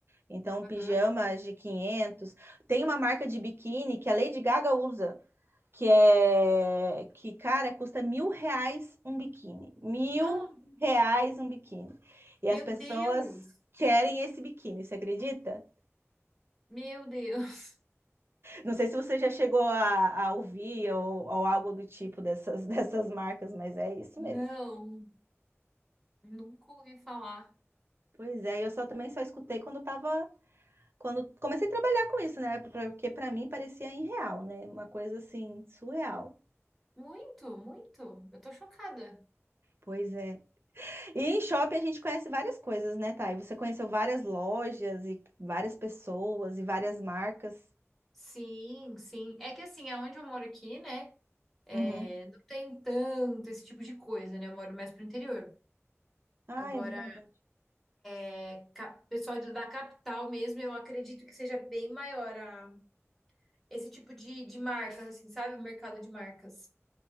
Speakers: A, on the right; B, in the centre.
A: Então,
B: Aham.
A: pijamas de 500. Tem uma marca de biquíni que a Lady Gaga usa que é que, cara, custa mil reais um biquíni. Mil
B: Ah,
A: reais um biquíni. E
B: meu
A: as pessoas
B: Deus!
A: querem esse biquíni, você acredita?
B: Meu Deus,
A: Não sei se você já chegou a, a ouvir ou, ou algo do tipo dessas, <laughs> dessas marcas, mas é isso
B: não,
A: mesmo.
B: nunca ouvi falar.
A: Pois é, eu só também só escutei quando eu tava. Quando comecei a trabalhar com isso, né? Porque pra mim parecia irreal, né? Uma coisa assim, surreal.
B: Muito, muito. Eu tô chocada.
A: Pois é. E em shopping a gente conhece várias coisas, né, Thay? Você conheceu várias lojas e várias pessoas e várias marcas.
B: Sim, sim. É que assim, aonde eu moro aqui, né?
A: Uhum.
B: é, não tem tanto esse tipo de coisa, né? Eu moro mais pro interior.
A: Ah,
B: Agora,
A: é verdade.
B: é, cap- pessoal de- da capital mesmo, eu acredito que seja bem maior a- esse tipo de, de marcas, assim, sabe? O mercado de marcas.